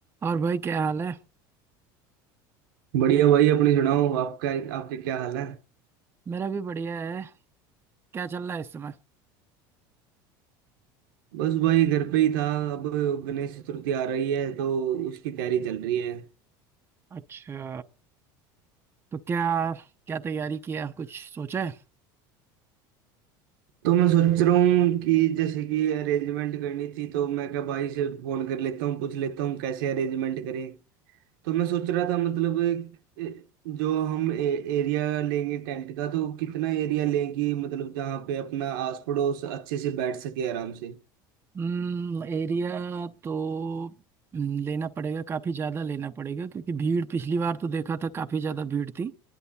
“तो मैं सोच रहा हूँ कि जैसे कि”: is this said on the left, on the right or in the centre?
Right